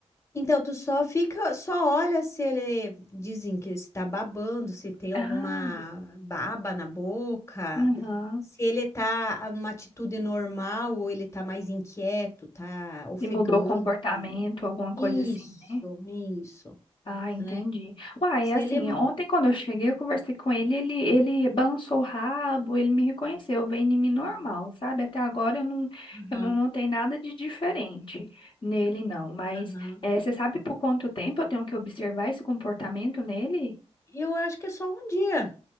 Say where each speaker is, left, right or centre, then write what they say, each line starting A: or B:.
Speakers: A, on the left; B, on the left.
A: Então, tu só fica, só olha se ele dizem que se tá babando, se tem
B: Ah.
A: alguma baba na boca,
B: Aham.
A: se ele tá numa atitude normal ou ele tá mais inquieto, tá ofegante.
B: E mudou o comportamento, alguma coisa
A: Isso,
B: assim, né?
A: isso,
B: Ah, entendi.
A: né?
B: Uai,
A: Se
B: assim,
A: ele.
B: ontem quando eu cheguei, eu conversei com ele, ele, ele balançou o rabo, ele me reconheceu, veio em mim normal, sabe? Até agora eu não,
A: Aham,
B: eu não notei nada de diferente nele, não. Mas
A: aham.
B: eh, você sabe por quanto tempo eu tenho que observar esse comportamento nele?
A: Eu acho que é só um dia.